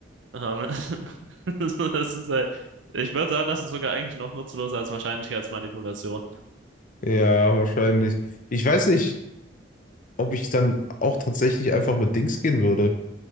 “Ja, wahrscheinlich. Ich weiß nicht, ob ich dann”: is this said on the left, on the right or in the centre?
Left